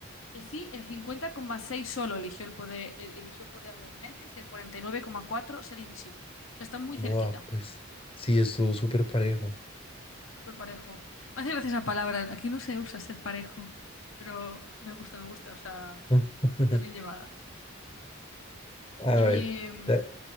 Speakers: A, on the left; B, on the left.
A: Eh, Sí, el cincuenta coma seis solo eligió el poder, el- eligió poder leer mentes y el cuarenta y nueve coma cuatro ser invisible. O sea, está muy
B: Buah,
A: cerquita.
B: pues sí, estuvo súper parejo.
A: Sí, súper parejo. Me hace gracia esa palabra. Aquí no se usa ser parejo, pero me gusta, me gusta. O sea.
B: <laughs>
A: Está bien llevada.
B: A
A: Eh,
B: ver, te,